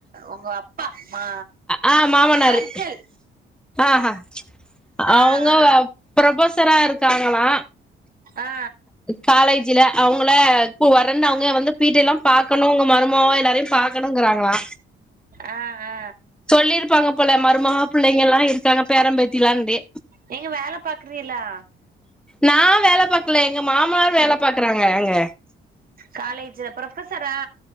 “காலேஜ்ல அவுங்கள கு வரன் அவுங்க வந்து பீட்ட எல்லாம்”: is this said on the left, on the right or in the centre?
Centre